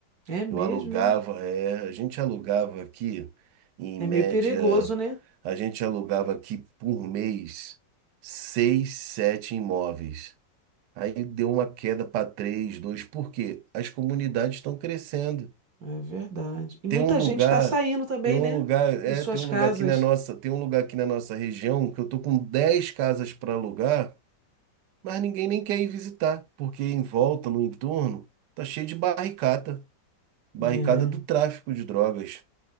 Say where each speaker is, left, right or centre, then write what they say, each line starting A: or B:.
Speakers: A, on the right; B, on the right.
A: É mesmo,
B: Eu alugava,
A: é?
B: é, a gente alugava aqui, em
A: É
B: média,
A: meio perigoso, né?
B: a gente alugava aqui por mês seis, sete imóveis. Aí deu uma queda para três, dois, porque as comunidades estão crescendo.
A: É verdade. E muita
B: Tem um lugar,
A: gente está saindo também,
B: tem um
A: né?
B: lugar,
A: De
B: é,
A: suas
B: tem um
A: casas.
B: lugar aqui na nossa, tem um lugar aqui na nossa região que eu tô com 10 casas para alugar, mas ninguém nem quer ir visitar, porque em volta, no entorno, tá cheio de barricada, barricada
A: É
B: do tráfico de drogas.